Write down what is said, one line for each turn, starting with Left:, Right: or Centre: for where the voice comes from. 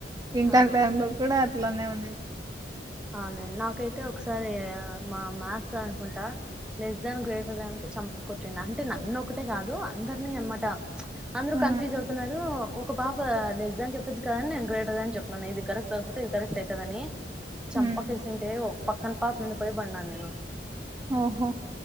Right: ఇంటర్
Centre: ఆ
Right: టైం లో కూడా అట్లానే ఉండేది.
Centre: అవునండి, నాకైతే ఒకసారి మా మ్యాథ్స్ అనుకుంటా లెస్ దాన్, గ్రేటర్ దాన్ కి చంపకుకొట్టిండి అంటే నన్ను ఒకటే కాదు అందరినీ అన్నమాట అందుకు
Right: ఆ
Centre: కన్ఫ్యూజ్ అవుతున్నారు ఒక పాప లెస్ ధ్యాన్ చెప్పింది కదా అని నేను గ్రేటర్ ధ్యాన్ అని చెప్పినాను ఇది కరెక్ట్ అవుతుంది అంటే ఏది కరెక్టే. <unintelligible> చంప
Right: ఉమ్
Centre: కేసింటే పక్కన పాప మీద పోయి పడిడాను నేను.
Right: ఓహో!